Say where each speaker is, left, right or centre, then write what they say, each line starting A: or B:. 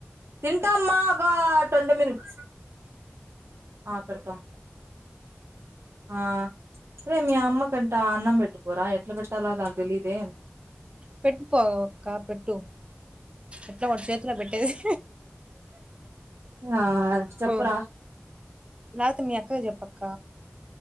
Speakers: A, on the right (about 70°); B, on the right (about 25°).
A: తింటామ్మా ఒక ట్వంటీ మినిట్స్కే పడతా ఆ రేయ్ మీ అమ్మ కంట అన్నం పెట్టుపోరా ఎట్లా పెట్టాలా ద తెలిదే
B: పెట్టుపో అక్క పెట్టు ఎట్లా వాడి చేతిలో పెట్టేది
A: ఆ చెప్పురా
B: పో లేతే మీ అక్కకి చెప్పు అక్క